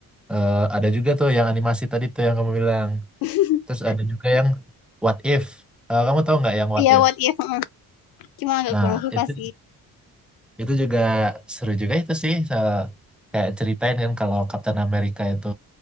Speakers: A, in the centre; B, on the left.
A: eh, ada juga tuh yang animasi tadi tuh yang kamu bilang
B: <laughs>
A: terus ada juga yang What If Eh, kamu tahu nggak yang What
B: ya
A: If
B: what if mhm. cuma agak
A: Nah,
B: kurang suka
A: itu
B: sih
A: itu juga seru juga itu sih soal kayak ceritain kan kalau Captain America itu